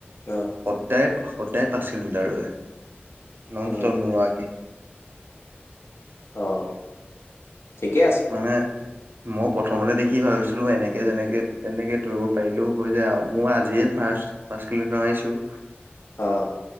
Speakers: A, on the left; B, on the right.
A: অঁ।
B: সদায়-সদায় ফচিলো দৰে নষ্ট
A: অ
B: নকৰাকে।
A: অ', ঠিকে আছে।
B: মানে- মই প্ৰথমতে দেখি ভাবিছিলো এনেকে, যেনেকে, তেনেকে ধৰিব পাৰিলেও হৈ যায় আৰু মই আজিয়ে ফাৰ্ষ্ট- পাছ কিলোমিটাৰ মাৰিছো।
A: অঁ।